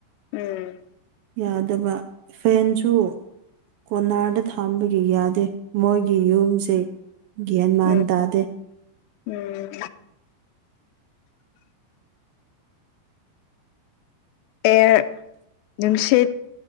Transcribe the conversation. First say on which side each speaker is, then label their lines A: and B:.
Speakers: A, on the left; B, on the right.
A: ꯎꯝ
B: ꯌꯥꯗꯕ ꯐꯦꯟꯁꯨ ꯀꯣꯟꯅꯥꯔꯗ ꯊꯥꯝꯕꯒꯤ ꯌꯥꯗꯦ ꯃꯣꯏꯒꯤ ꯌꯨꯝꯁꯤ ꯒ꯭ꯌꯥꯟ ꯃꯥꯟ
A: ꯎꯝ
B: ꯇꯥꯗꯦ
A: ꯎꯝ ꯑꯦ ꯅꯨꯡꯁꯤꯠ